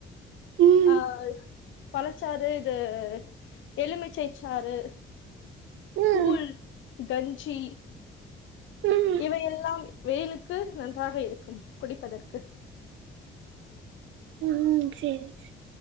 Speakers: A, on the right; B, on the left.
A: ம்
B: ஆஹ் பழச்சாறு இது எலுமிச்சைச்சாறு கூழ்
A: ம்
B: கஞ்சி
A: ம்
B: இவை எல்லாம் வெயிலுக்கு நன்றாக இருக்கும் குடிப்பதற்கு
A: உம்ம் செரி செ